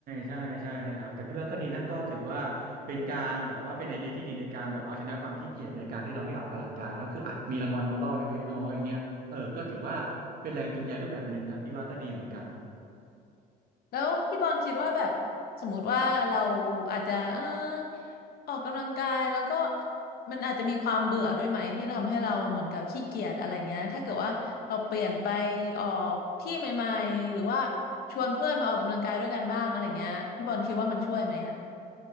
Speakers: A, on the right; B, on the left.
A: ใช่ใช่นั่นแหละครับแต่พี่ว่าก็ดีนะก็ถือว่าเป็นการแบบว่าเป็นไอเดียที่ดีในการแบบเอาชนะความขี้เกียจในการที่เราไม่ออกกำลังกายเนอะคืออ่ะมีรางวัลมาล่อเล็กๆน้อยๆอย่างเงี้ยเออก็ถือว่าเป็นแรงจูงใจรูปแบบหนึ่งนะพี่ว่าก็ดีเหมือนกัน
B: แล้วพี่บอลคิดว่าแบบสมมุติว่าเราอาจจะเออออกกำลังกายแล้วก็มันอาจจะมีความเบื่อด้วยไหมที่ทำให้เราเหมือนกับขี้เกียจอะไรเงี้ยถ้าเกิดว่าเราเปลี่ยนไปออกที่ใหม่ๆหรือว่าชวนเพื่อนมาออกกำลังกายด้วยกันบ้างอะไรเงี้ยพี่บอลคิดว่ามันช่วยไหมอ่ะ